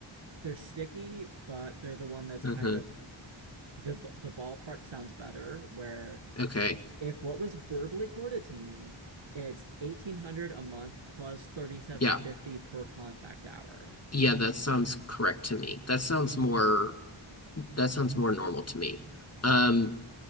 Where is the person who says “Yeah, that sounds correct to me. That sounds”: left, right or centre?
Left